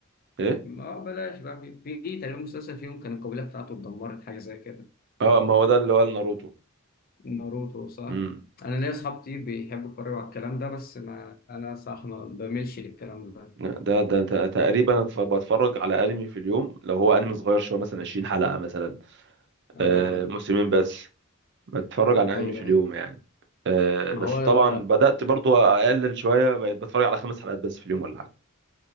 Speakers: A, on the right; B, on the left.
A: ايه
B: ما بلاش بقى في, في تقريبا مسلسل فيهم كان القبيلة بتاعته اتدمرت حاجة زي كده
A: اه ما هو ده اللي هو ناروتو
B: ناروتو صح؟
A: امم
B: أنا ليا أصحاب كتير بيحبوا يتفرجوا على الكلام ده بس ما أنا صح ما بميلش للكلام ده
A: ده ده ت- تقريبا أتف- بتفرج على انمي في اليوم لو هو انمي صغير شويه مثلا 20 حلقه مثلا
B: آه
A: آه موسمين بس بتفرج على انمي
B: أيوه
A: في اليوم
B: أيوه
A: يعني آه
B: ما
A: بس
B: هو
A: طبعا بدات برضو اقلل شويه بقيت بتفرج على خمس حلقات بس في اليوم ولا حاجه